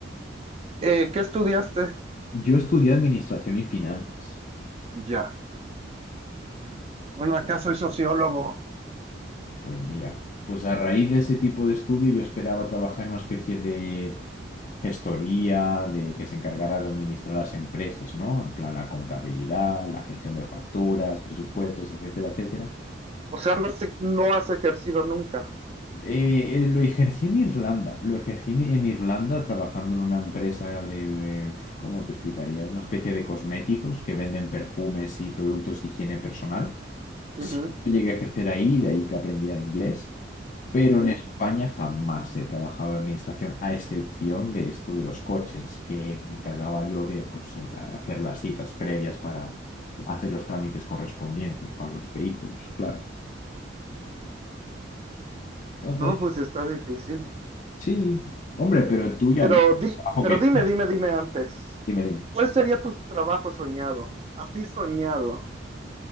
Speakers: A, on the right; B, on the left.
A: eh, ¿qué estudiaste?
B: Yo estudié administración y finanzas.
A: Ya. Bueno, acá soy sociólogo.
B: Pues mira, pues a raíz de ese tipo de estudio yo esperaba trabajar en una especie de pf, gestoría, de que se encargara de administrar las empresas, ¿no? En plan la contabilidad, la gestión de facturas, presupuestos, etcétera, etcétera.
A: O sea, no, se- no has ejercido nunca.
B: Eh, eh, lo ejercí en Irlanda, lo ejercí en en Irlanda trabajando en una empresa de, eh, ¿cómo te explicaría? Una especie de cosméticos que venden perfumes y productos de higiene personal.
A: Ujú,
B: Sí, llegué a ejercer ahí, de ahí que aprendiera inglés. Pero
A: mm.
B: en España jamás he trabajado en administración, a excepción de esto de los coches, que me encargaba yo de, pues, eh, hacer las citas previas para hacer los trámites correspondientes para los vehículos, claro. Entonces,
A: No, pues está difícil.
B: sí, hombre, pero tú ya
A: Pero,
B: ves
A: di,
B: el trabajo
A: pero
B: que
A: dime,
B: tienes.
A: dime, dime antes.
B: Dime, dime.
A: ¿Cuál sería tu trabajo soñado? Así soñado.